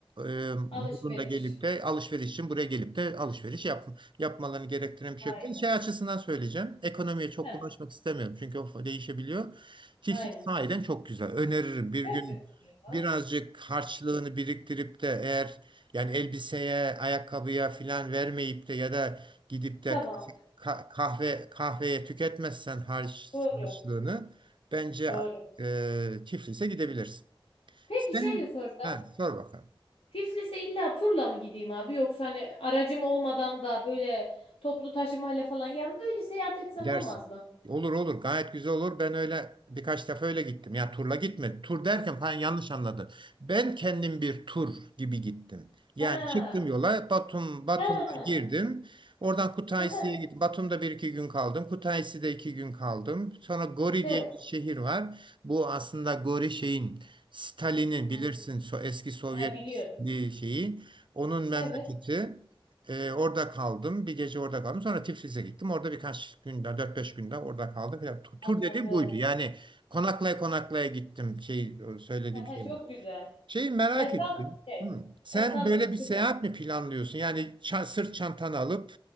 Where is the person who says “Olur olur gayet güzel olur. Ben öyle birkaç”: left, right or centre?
Right